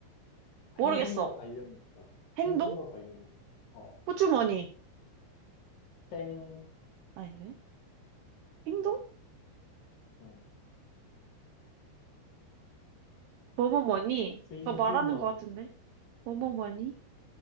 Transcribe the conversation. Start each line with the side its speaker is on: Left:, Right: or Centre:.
Right: 모르겠어.
Left: 행동과 관련이 있어.
Right: 행동?
Left: 행동과 관련이 있어. 어,
Right: 호주머니.
Left: 땡,
Right: 아니네. 행동?
Left: 응.
Right: 뭐뭐뭐니?
Left: 슬그머니,
Right: 그거 말하는 것 같은데. 뭐뭐뭐니?